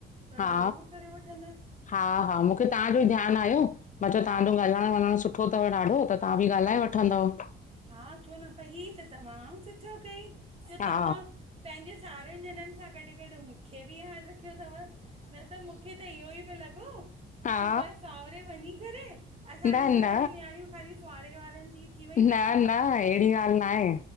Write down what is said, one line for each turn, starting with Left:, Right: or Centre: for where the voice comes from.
Right: त
Left: हा
Right: ज़रूरु करे वठंदसि,
Left: हा -हा, मूंखे तांजो ई ध्यानु आयो मां चयो तांजो ॻाल्हाइण -वलाइणु सुठोतव ॾाढो त, तां बि ॻाल्हाए वठंदव।
Right: हा, छो न पर ही त तमाम सुठो कई त
Left: हा
Right: तव्हा पंहिंजे सावरनि ॼणनि सां गॾु -गॾु मूंखे बि यादि रखियो तव? न त मूंखे त इहो ई पे लॻो
Left: हा
Right: की बसि सावरे वञी करे, असांजे
Left: न
Right: घर
Left: न
Right: जी न्याणियूं ख़ाली सावरे वारनि जी थी वयूं आईन।
Left: न न अहिड़ी ॻाल्हि नाहे,